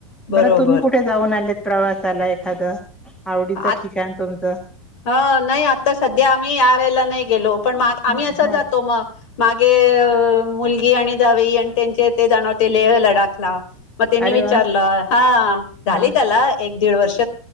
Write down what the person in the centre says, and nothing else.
बरं तुम्ही कुठे जाऊन आलेत प्रवासाला एखादं आवडीचं
ठिकाण तुमचं?
नाही
हा
अरे
वा
हा